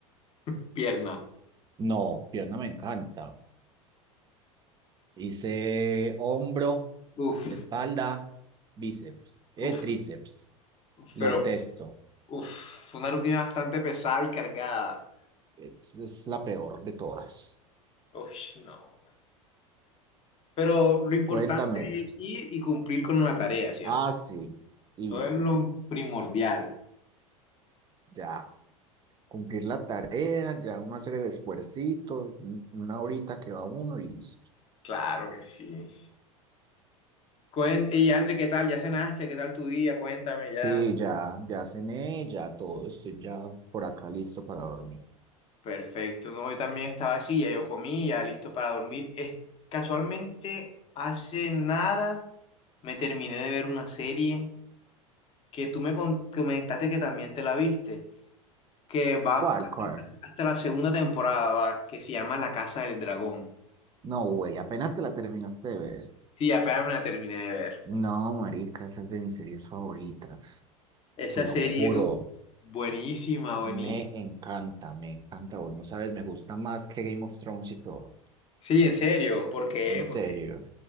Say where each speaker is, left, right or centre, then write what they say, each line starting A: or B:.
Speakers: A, on the left; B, on the right.
A: <laughs> Pierna.
B: No, pierna me encanta. Hice hombro,
A: Uf,
B: espalda, bíceps, eh,
A: uf,
B: tríceps. Lo
A: pero
B: detesto.
A: uf, fue una rutina bastante pesada y cargada.
B: Es, es la peor de todas.
A: Uf, no. Pero lo importante
B: Cuéntame.
A: es ir y cumplir con la tarea, ¿cierto?
B: Ah, sí. Ir,
A: Todo es lo primordial.
B: ya. Cumplir la tarea, ya uno hacer el esfuercito, un- una horita que va uno y listo.
A: Claro que sí. Cuen- y Andrés, ¿qué tal? ¿Ya cenaste? ¿Qué tal tu día? Cuéntame ya.
B: Sí, ya, ya cené, ya todo, estoy ya por acá listo para dormir.
A: Perfecto, no, yo también estaba así, ya yo comí, ya listo para dormir. Es, casualmente, hace nada me terminé de ver una serie que tú me con- comentaste que también te la viste, que va
B: ¿Cuál, cuál?
A: hasta la segunda temporada, va, que se llama La Casa del Dragón.
B: No, güey, apenas te la terminaste de ver.
A: Sí, apenas me la terminé de ver.
B: No, marica, esa es de mis series favoritas,
A: Esa
B: te lo
A: serie,
B: juro,
A: uf, buenísima, buenísima.
B: me encanta, me encanta, güey, no sabes, me gusta más que Game of Thrones y todo,
A: Sí, en serio, ¿por qué?
B: en serio,
A: Porque,